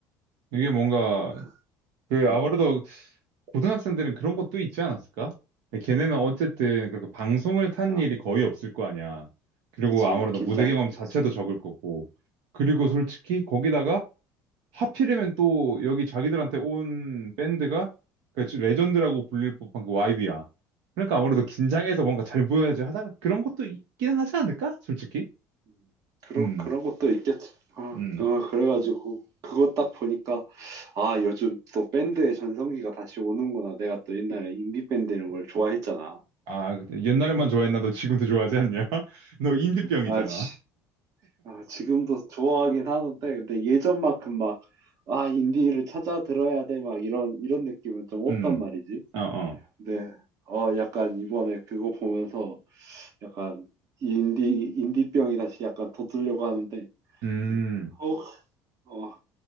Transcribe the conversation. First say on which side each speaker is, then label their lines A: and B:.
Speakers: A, on the right (about 75°); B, on the right (about 55°).
A: 이게 뭔가,
B: 어, 그-
A: 그,
B: 음,
A: 아무래도 고등학생들은 그런 것도 있지 않았을까? 걔네는 어쨌든 그렇게 방송을 탄
B: 아,
A: 일이 거의 없을 거 아니야. 그리고
B: 그치.
A: 아무래도
B: 긴장했겠지.
A: 무대 경험 자체도 적을 거고. 그리고
B: 어,
A: 솔직히 거기다가 하필이면 또 여기 자기들한테 온 밴드가 그 레전드라고 불릴 법한 그 YB야. 그러니까 아무래도 긴장해서 뭔가 잘 보여야지 하다가 그런 것도 있긴 하지 않을까? 솔직히.
B: 음, 그런,
A: 음,
B: 그런 것도 있겠지. 어,
A: 음.
B: 어, 그래가지고, 그거 딱 보니까, 아, 요즘 또 밴드의 전성기가 다시 오는구나. 내가 또 옛날에 인디밴드 이런 걸 좋아했잖아.
A: 아, 그때 옛날에만 좋아했나? 너 지금도 좋아하지 않냐? <laughs> 너 인디병이잖아.
B: 음. 아, 지, 아, 지금도 좋아하긴 하는데, 근데 예전만큼 막, 아, 인디를 찾아 들어야 돼. 막 이런, 이런 느낌은 좀 없단
A: 음,
B: 말이지.
A: 어, 어.
B: 네. 어, 약간 이번에 그거 보면서 약간 인디, 인디병이 다시 약간 돋으려고 하는데,
A: 음,
B: 이제, 어, 어,